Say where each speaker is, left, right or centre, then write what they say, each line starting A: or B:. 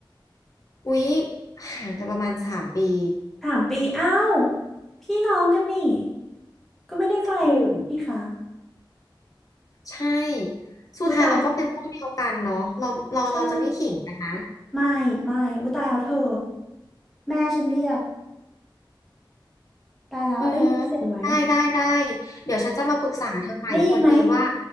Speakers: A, on the left (about 40°); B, in the centre.
A: อุ๊ยห่างกันประมาณสามปี
B: สามปีอ้าวพี่น้องกันนี่ก็ไม่ได้ไกลมากนี่ค่ะ
A: ถูกใช่สุดท้ายเราก็เป็นพวกเดียวกันเนาะเราเราเราจะไม่ขิงกันนะ
B: อุ้ยตายใช่ ไม่ไม่อุ้ยตายแล้วเธอแม่ฉันเรียกตายแล้วได้ยินเสียงไหม
A: อืมได้ได้ได้เดี๋ยวฉันจะมาปรึกษาเธอใหม่พอดีว่า
B: ได้ยินไหม